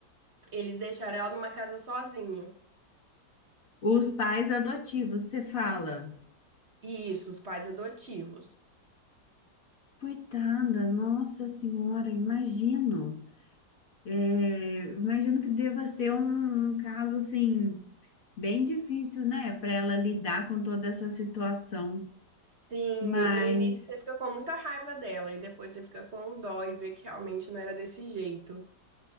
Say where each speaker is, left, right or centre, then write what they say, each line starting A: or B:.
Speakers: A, on the right; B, on the left.
A: eles deixaram ela numa casa sozinho.
B: Os pais adotivos, você fala.
A: E isso, os pais adotivos.
B: Coitada, nossa senhora, imagino. É, imagino que deva ser um caso assim, bem difícil, né, para ela lidar com toda essa situação.
A: Sim,
B: Mas.
A: e no início você fica com muita raiva dela e depois você fica com dó e vê que realmente não era desse jeito.